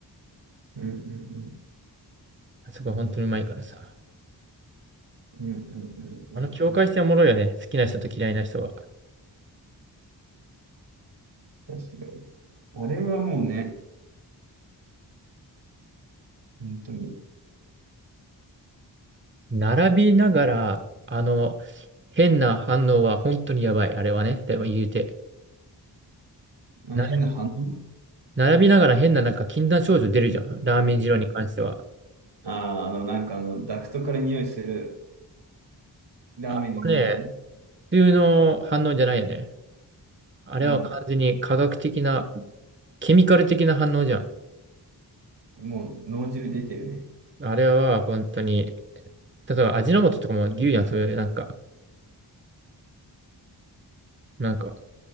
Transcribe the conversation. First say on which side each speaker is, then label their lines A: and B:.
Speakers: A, on the right; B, on the right.
A: うんうんうん。
B: あそこ本当にうまいからさ。
A: うんうんうんうんうん。
B: あの境界線おもろいよね、好きな人と嫌いな人は。
A: 確かに。あれはもうね、本当に、
B: 並びながら、あの、変な反応は本当にやばい、あれはね。でも言うて。
A: あの変な反応。
B: な、並びながら変ななんか禁断症状出るじゃん。ラーメン二郎に関しては。
A: ああ、あの、なんかあの、ダクトから匂いするラーメンの匂いね。
B: あれはね、普通の反応じゃないよね。あれは完全に科学的な、
A: うん。
B: ケミカル的な反応じゃん。
A: もう脳汁出てるね。
B: あれは本当に、例えば味の素とかも言うやん、それなんか、なんか、